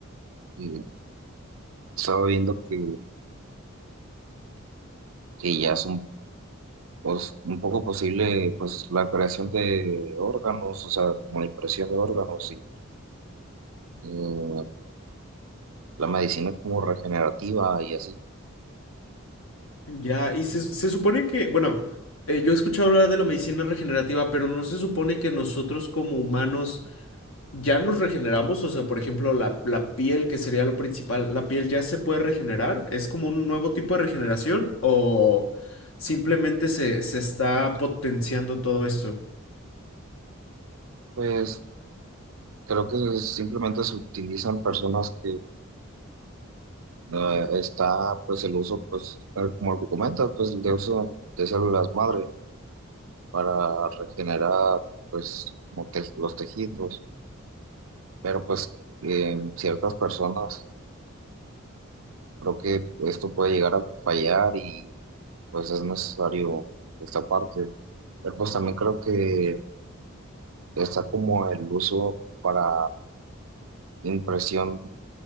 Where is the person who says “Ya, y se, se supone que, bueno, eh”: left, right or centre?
Left